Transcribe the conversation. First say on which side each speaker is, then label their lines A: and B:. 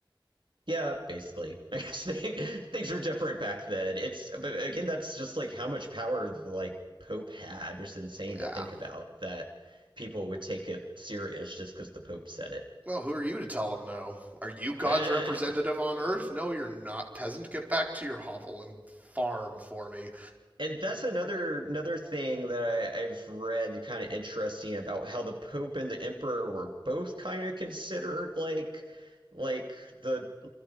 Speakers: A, on the right (about 70°); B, on the right (about 20°).
A: Yeah, basically. <laughs> I guess they, <laughs> things were different back then. It's but again, that's just like how much power the like Pope had. It's insane
B: yeah
A: to think about that people would take it serious just because the Pope said
B: Well, who are you to tell him? no? Are you God's
A: it.
B: representative
A: <laughs>
B: on Earth? No, you're not, peasant. Get back to your hovel and farm for me.
A: And that's another another thing that I, I've read kind of interesting about how the Pope and the Emperor were both kind of considered like like the